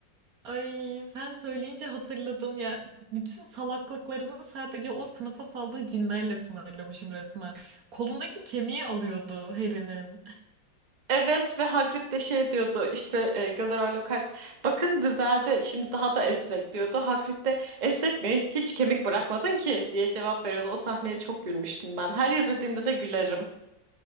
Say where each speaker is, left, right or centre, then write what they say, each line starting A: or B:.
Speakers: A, on the right; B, on the right.
A: Ay sen söyleyince hatırladım ya. Bütün salaklıklarını sadece o sınıfa saldığı cinlerle sınırlamışım resmen. Kolundaki kemiği alıyordu Harry'nin.
B: Evet ve Hagrid de şey diyordu işte e, Gilderoy Lockhart bakın düzeldi şimdi daha da esnek diyordu. Hagrid de esnek mi hiç kemik bırakmadın ki diye cevap veriyordu. O sahneye çok gülmüştüm ben. Her izlediğimde de gülerim.